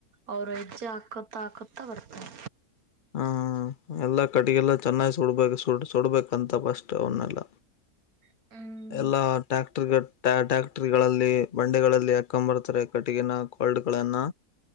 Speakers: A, on the right; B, on the left.
A: ಅವ್ರ ಹೆಜ್ಜೆ ಹಕ್ ಕುತ ಕುತ ಬರ್ತರೆ.
B: ಆ ಎಲ್ಲಾ ಕಟ್ಟಿಗೆಲ್ಲ ಚೆನ್ನಾಗಿ ಸುಡ್ಬೇಕ ಸುಡ್ ಸುಡ್ಬೇಕಂತ ಫಸ್ಟ್ ಅವನ್ನೆಲ್ಲ
A: ಹ್ಮ.
B: ಎಲ್ಲಾ ಟ್ಯಾಕ್ಟ್ರ ಟ್ಯಾಕ್ಟರುಗಳಲ್ಲಿ ಬಂಡಿಗಳಲ್ಲಿ ಹಾಕ್ಕೊಂದ ಬರ್ತಾರೆ ಕಟ್ಟಿಗಿನ ಹಲ್ಡ್ಗನ್ನ